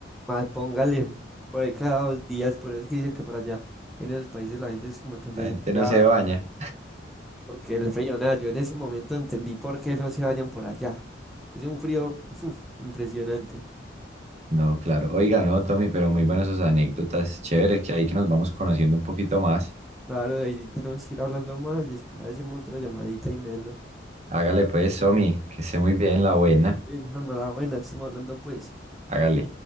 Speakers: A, in the centre; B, on the right (about 35°).
A: Más póngale, por ahí cada dos días, por eso es que dicen que por allá en esos países la gente es como tan desafiada,
B: la gente no se baña.
A: porque el frío, nada, yo en ese momento entendí por qué no se vayan por allá. Es un frío <laughs> impresionante.
B: No, claro. Oiga, no, Tommy, pero muy buenas sus anécdotas. Chévere que ahí que nos vamos conociendo un poquito más.
A: Claro, de ahí tenemos que ir hablando más, después hacemos otra llamadita y melo.
B: Hágale pues, Somi, que esté muy bien la buena.
A: Bien, Juanma, la buena, estamos hablando pues.
B: Hágale.